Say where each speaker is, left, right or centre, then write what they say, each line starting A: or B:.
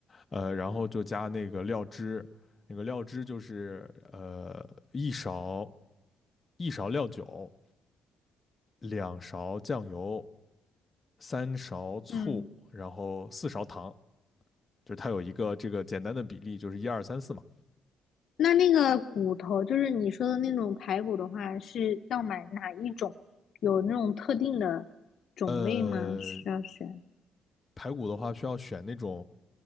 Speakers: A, on the left; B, on the left.
A: 呃，然后就加那个料汁，那个料汁就是呃一勺一勺料酒，两勺酱油，三勺醋，
B: 嗯。
A: 然后四勺糖。就是它有一个这个简单的比例，就是一二三四嘛。
B: 那那个骨头，就是你说的那种排骨的话，是要买哪一种？有那种特定的种类吗？
A: 呃，
B: 需要选？
A: 排骨的话需要选那种